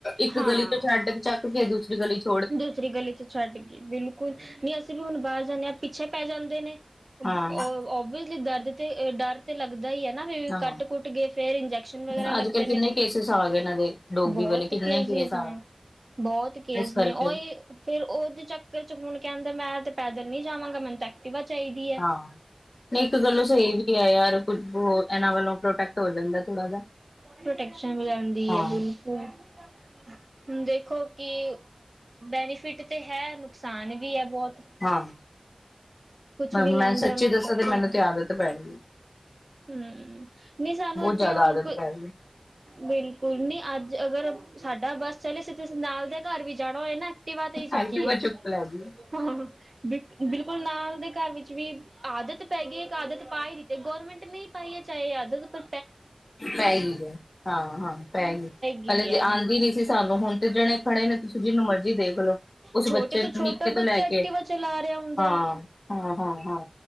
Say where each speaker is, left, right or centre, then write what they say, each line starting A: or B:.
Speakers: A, on the left; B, on the right.
A: ਇੱਕ
B: ਹਾਂ
A: ਗਲੀ ਤੋਂ ਛੱਡ ਚੱਕ ਕੇ ਦੂਸਰੀ ਗਲੀ 'ਚ
B: ਦੂਸਰੀ ਗਲੀ 'ਚ ਛੱਡ ਗਈ, ਬਿਲਕੁਲ ਨਹੀਂ ਅਸੀਂ ਵੀ ਹੁਣ ਬਾਹਰ ਜਾਂਦੇ ਹਾਂ ਪਿੱਛੇ ਪੈ ਜਾਂਦੇ ਨੇ। ਅ
A: ਹਾਂ
B: ਓਬਵੀਅਸਲੀ ਦਰਦ ਤੇ ਇਹ ਡਰ ਤੇ ਲੱਗਦੈ ਈ ਹੈ ਨਾ ਵੀ,
A: ਹਾਂ।
B: ਕੱਟ-ਕੁੱਟ ਗੇ ਫਿਰ ਇੰਜੈਕਸ਼ਨ ਵਗੈਰਾ
A: ਹੁਣ ਅੱਜ
B: ਲੱਗਦੇ ਨੇ।
A: <unintelligible>
B: ਬਹੁਤ
A: ਵਾਲੇ ਕਿੰਨੇ
B: ਕੇਜਿਜ
A: ਕੇਸ ਆ
B: ਨੇ
A: ਗਏ
B: ਬਹੁਤ ਕੇਸ
A: ਇਸ ਕਰਕੇ
B: ਨੇ ਉਹੀ ਫੇਰ ਫਿਰ ਉਹਦੇ ਚੱਕਰ 'ਚ ਹੁਣ ਕਹਿੰਦਾ ਮੈਂ ਤੇ ਪੈਦਲ ਨੀ ਜਾਵਾਂਗਾ, ਮੈਨੂੰ ਤਾਂ ਐਕ ਐਕਟਿਵਾ ਚਾਹੀਦੀ ਅ
A: ਹਾਂ, ਨਹੀਂ ਇੱਕ ਗੱਲੋਂ ਸਹੀ ਵੀ ਐ ਯਾਰ ਕੁੱਝ ਬਹੁ ਇਹਨਾਂ ਵੱਲੋਂ ਪ੍ਰੋਟੈਕਟ ਹੋ ਜਾਂਦਾ ਥੋੜਾ ਜਿਆ <inaudible>
B: ਪ੍ਰੋਟੈਕਸ਼ਨ ਵੀ ਆਉਂਦੀ
A: ਹਾਂ।
B: <inaudible> ਦੇਖੋ ਕਿ ਬੈਨੀਫਿਟ ਤੇ ਹੈ ਨੁਕਸਾਨ ਵੀ ਐ ਬਹੁਤ।
A: ਹਾਂ,
B: ਕੁਛ
A: ਮ
B: ਵੀ ਲੈਣ
A: ਮੈਂ
B: ਜਾਣਾ
A: ਸੱਚੀ
B: ਹੋ
A: ਦੱਸਾਂ
B: ਚੱਕੋ
A: ਤੇ ਮੈਨੂੰ ਤੇ ਆਦਤ ਪੈ ਗਈ ਐ।
B: ਹਮ, ਨਹੀਂ ਸਾਨੂੰ ਅਜੇ
A: ਜ਼ਿਆਦਾ
B: ਹੁਣ
A: ਆਦਤ
B: ਕੋਈ
A: ਪੈ ਗਈ
B: ਬਿਲਕੁਲ ਨਹੀਂ ਅੱਜ ਅਗਰ ਸਾਡਾ ਬੱਸ ਚਲੇ, ਅਸੀ ਕਿਸੇ ਨਾਲ ਦੇ ਘਰ ਵੀ ਜਾਣਾ ਹੋਏ ਨਾ ਤੇ ਐਕਟਿਵਾ ਤੇ ਈ ਚੱਕੀਏ।
A: ਐਕਟਿਵਾ ਚੁੱਕ ਲੈ ਗਈ
B: ਬ ਬਿਲਕੁਲ ਨਾਲ ਦੇ ਘਰ ਵਿੱਚ ਵੀ ਆਦਤ ਪੈ ਗਈ ਇੱਕ ਆਦਤ ਪਾਏ ਦਿੱਤੀ ਏ ਗੌਰਮੈਂਟ ਨਹੀਂ ਪਾਈਏ ਚਾਹੇ ਆਦਤ ਪਾ
A: ਪੈ ਗਈ ਐ, ਹਾਂ-ਹਾਂ ਪੈ ਗਈ,
B: ਗਈ
A: ਪਹਿਲੇ
B: ਹੈ
A: ਜੇ
B: ਹੁਣ
A: ਆਉਂਦੀ ਨੀ ਸੀ ਸਾਨੂੰ ਹੁਣ ਤੇ ਜਣੇ ਖਣੇ ਨੂੰ ਤੁਸੀਂ ਜਿਹਨੂੰ ਮਰਜ਼ੀ ਦੇਖ ਲਓ, ਉਸ
B: ਛੋਟੇ
A: ਬੱਚੇ
B: ਤੋਂ
A: ਨੂੰ
B: ਛੋਟਾ
A: ਨਿੱਕੇ
B: ਬੱਚਾ
A: ਤੋਂ ਲੈ
B: ਐਕਟੀਵਾ
A: ਕੇ,
B: ਚਲਾ ਰਿਹਾ ਹੁੰਦਾ
A: ਹਾਂ।
B: ਹੈ
A: ਹਾਂ-ਹਾਂ-ਹਾਂ।